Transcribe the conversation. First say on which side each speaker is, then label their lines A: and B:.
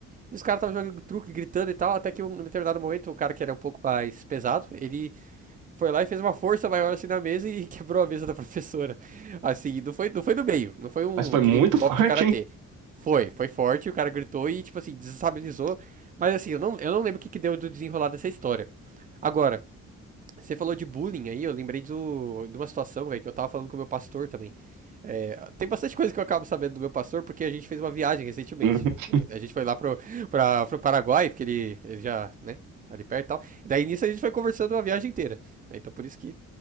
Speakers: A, on the right; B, on the right.
A: E os caras estavam jogando truco, e gritando e tal, até que um, em determinado momento o cara que era um pouco mais pesado, ele foi lá e fez uma força maior assim na mesa e <laughs> quebrou a mesa da professora. Assim, não foi, não foi do meio, não foi um
B: Mas foi
A: que
B: muito
A: nem golpe
B: <laughs> forte,
A: de karatê.
B: hein?
A: Foi, foi forte, o cara gritou e, tipo assim, desestabilizou. Mas assim, eu não, eu não lembro o que, que deu do desenrolar dessa história. Agora, você falou de bullying aí, eu lembrei do, de uma situação, velho, que eu tava falando com o meu pastor também. É, tem bastante coisa que eu acabo sabendo do meu pastor, porque a gente fez uma viagem recentemente.
B: Uhum.
A: né? A gente foi lá pro, pra, pro Paraguai, porque ele, ele já, né, ali perto e tal. E daí nisso a gente foi conversando uma viagem inteira. né? Então por isso que